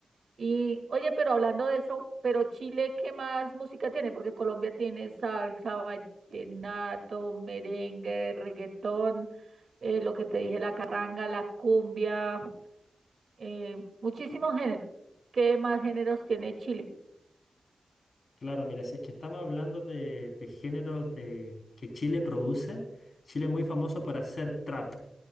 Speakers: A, on the right (about 70°); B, on the left (about 70°).
A: Y oye, pero hablando de eso, pero Chile, ¿qué más música tiene? Porque Colombia tiene salsa, vallenato, merengue, reggaetón, eh, lo que te dije, la carranga, la cumbia, eh, muchísimos géneros. ¿Qué más géneros tiene Chile?
B: Claro, mira, si es que estamos hablando de, de géneros de, que Chile produce, Chile es muy famoso por hacer trap,